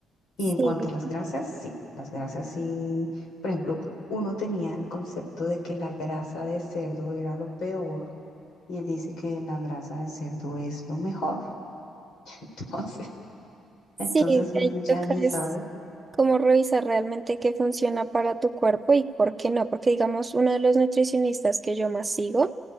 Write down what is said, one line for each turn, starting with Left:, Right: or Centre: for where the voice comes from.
Left: Y en
Right: Sí,
Left: cuanto a las grasas, sí, las grasas sí, por ejemplo, uno tenía el concepto de que la grasa de cerdo era lo peor y él dice que la grasa de cerdo es lo mejor. <laughs> Entonces,
Right: sí,
Left: Entonces uno
Right: ahí
Left: ya
Right: toca
Left: ni
Right: es
Left: sabe.
Right: cómo revisar realmente qué funciona para tu cuerpo y por qué no, porque digamos, uno de los nutricionistas que yo más sigo,